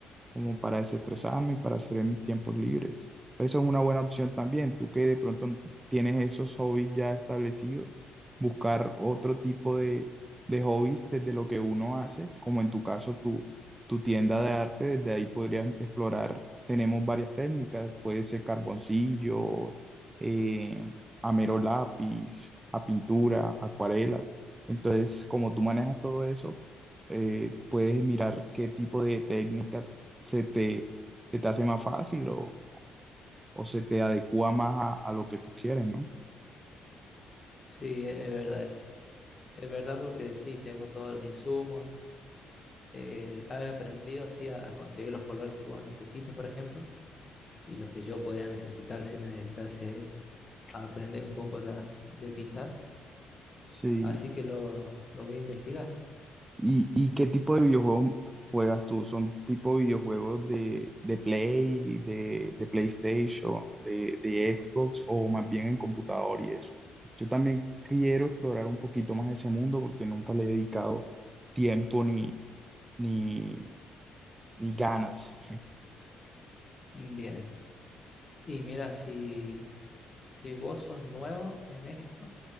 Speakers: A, on the right (about 25°); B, on the left (about 35°).
A: como para desestresarme y para hacer en mis tiempos libres. Esa es una buena opción también. Tú que de pronto tienes esos hobbies ya establecidos, buscar otro tipo de, de hobbies desde lo que uno hace, como en tu caso tu, tu tienda de arte, desde ahí podrías explorar. Tenemos varias técnicas, puede ser carboncillo, eh, a mero lápiz, a pintura, acuarela. Entonces, como tú manejas todo eso, eh, puedes mirar qué tipo de técnica se te, se te hace más fácil o, o se te adecua más a, a lo que tú quieres, ¿no?
B: Sí, e- es, verdad eso. Es verdad porque sí, tengo todos los insumos. eh, he aprendido así a, a conseguir los colores que vos necesitas, por ejemplo, y los que yo podría necesitar si me dedicase a aprender un poco la, de pintar.
A: Sí.
B: Así que lo, lo voy a investigar.
A: ¿Y, y qué tipo de videojuegos juegas tú? ¿Son tipo videojuegos de, de Play, de, de PlayStation, de, de Xbox o más bien en computador y eso? Yo también quiero explorar un poquito más ese mundo porque nunca le he dedicado tiempo ni, ni, ni ganas.
B: Mm, Bien. Y mira, si... Si vos sos nuevo en esto,